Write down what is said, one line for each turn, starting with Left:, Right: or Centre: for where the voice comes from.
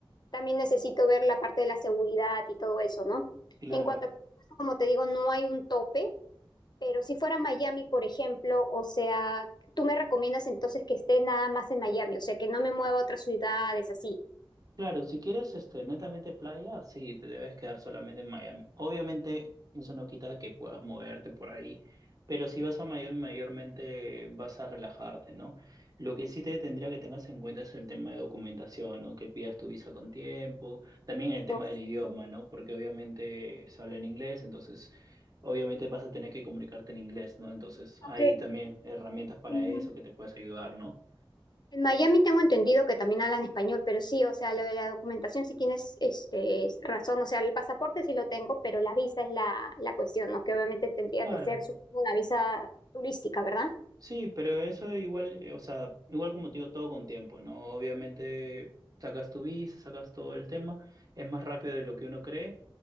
Left: también necesito ver la parte de la seguridad y todo eso, ¿no?
Right: Claro.
Left: En cuanto a presupuesto, como te digo, no hay un tope, pero si fuera Miami, por ejemplo, o sea, tú me recomiendas entonces que esté nada más en Miami, o sea, que no me mueva a otras ciudades así.
Right: Claro, si quieres este, netamente playa, sí, te debes quedar solamente en Miami. Obviamente, eso no quita que puedas moverte por ahí, pero si vas a Miami, mayormente vas a relajarte, ¿no? Lo que sí te tendría que tengas en cuenta es el tema de documentación, ¿no? Que pidas tu visa con tiempo, también
Left: Esto,
Right: el tema del idioma, ¿no? Porque obviamente se habla en inglés, entonces obviamente vas a tener que comunicarte en inglés, ¿no? Entonces hay
Left: Aunque
Right: también herramientas para
Left: mm,
Right: eso que te puedes ayudar, ¿no?
Left: en Miami tengo entendido que también hablan español, pero sí, o sea, lo de la documentación sí tienes este, razón, o sea, el pasaporte sí lo tengo, pero la visa es la, la cuestión, ¿no? Que obviamente tendría
Right: Claro.
Left: que ser, supongo, una visa turística, ¿verdad?
Right: Sí, pero eso igual, eh, o sea, igual como te digo, todo con tiempo, ¿no? Obviamente sacas tu visa, sacas todo el tema, es más rápido de lo que uno cree,